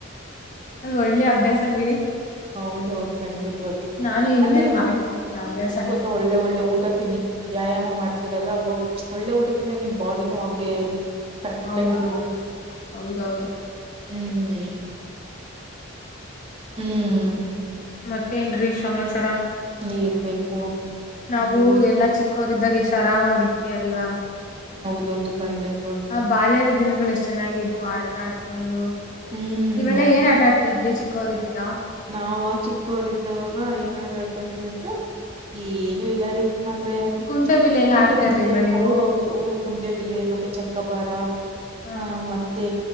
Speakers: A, on the left; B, on the right.
A: ಅದು ಒಳ್ಳೆ ಅಭ್ಯಾಸ ಬಿಡಿ
B: ಹೌದ್ದ ಖಂಡಿತವಾಗಿ
A: ನಾನು ಇನ್ಮೇಲ್
B: ಅಂದ್ರಿ
A: ಮಾಡ್ತೀನಿ ಅಭ್ಯಾಸನ
B: ಏನ್ ಗೊತ್ತ ಒಳ್ಳೆ ಒಳ್ಳೆ ಊಟ ತಿನ್ನಿ ವ್ಯಾಯಾಮ ಮಾಡ್ ಒಳ್ಳೆ ಊಟದಿಂದ ನಿಮ್ ಬಾಡಿನೂ ಹಂಗೆ ಕರೆಕ್ಟ್
A: ಹೌದು
B: ಇರುತ್ತೆ
A: ಹೌದೌದು
B: ಆ ಹ್ಮ್ ಹ್ಮ್
A: ಮತ್ತೇನ್ ರಿ ಸಮಾಚಾರ
B: ಹೇಳ್ಬೇಕು
A: ನಾವು
B: ಹ್ಮ್
A: ಎಲ್ಲಾ ಚಿಕ್ಕವರ ಇದಾಗ ಎಷ್ಟು ಆರಾಮಾಗಿದ್ದ ಅಲ್ವಾ
B: ಹೌದು ಖಂಡಿತ
A: ಆ ಬಾಲ್ಯದ ದಿನಗಳು ಎಷ್ಟು ಚೆನ್ನಾಗಿದ್ವು ಆಟ ಆಡ್ಕೊಂಡು
B: ಹ್ಮ್
A: ನೀವೆಲ್ಲಾ ಏನ್ ಆಟಾಡ್ತಾ ಇದ್ರಿ ಚಿಕ್ಕವರು ಇದ್ದೀಗ
B: ನಾವ ಚಿಕ್ಕೋರ್ದವಾಗ ಏನ್ ಆಡಡ್ತಾ ಇದ್ವಿ ಅಂದ ಏನು ಇಲ್ಲಾರಿ ಅಂದ್ರೆ
A: ಕುಂಟೆಬಿಲ್ಲೆ ಎಲ್ಲಾ
B: ಕುಂಟೆ
A: ಆಡ್ತಾ
B: ಬಿಲ್ಲೆ
A: ಇರ್ಲಿಲ್ವಾ ನೀವು
B: ಹೌದೌದು ಕುಂಟೆಬಿಲ್ಲೆ ಮತ್ತೆ ಚಕ್ಕಬಾರ
A: ಹ
B: ಹಾ ಮತ್ತೆ